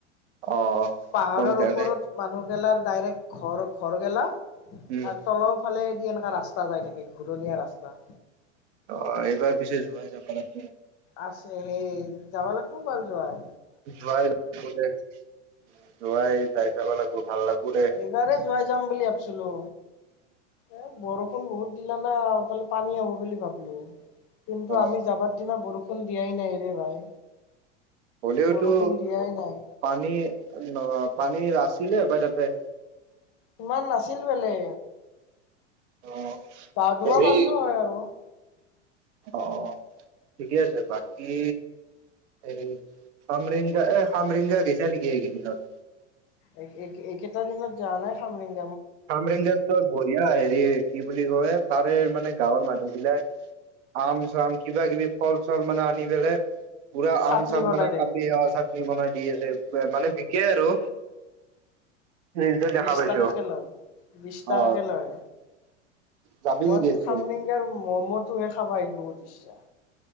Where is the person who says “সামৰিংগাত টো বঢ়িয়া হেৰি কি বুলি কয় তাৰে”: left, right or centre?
Right